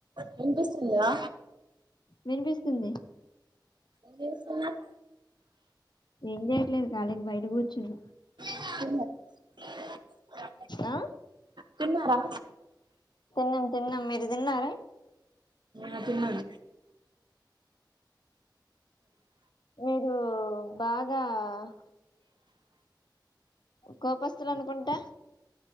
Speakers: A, on the right; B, on the left.
A: వినిపిస్తుందా
B: వినిపిస్తుంది
A: ఏం చేస్తున్నార్
B: ఏం చేయట్లేదు కాలీగా బయట కూర్చు చ్చన్న
A: అట్లెంలేదు <inaudible>
B: ఆ
A: తిన్నారా?
B: తిన్నం తిన్నం మీరు తిన్నార?
A: అ తిన్నను
B: మీరు బాగా అ కోపస్తులు అనుకుంటా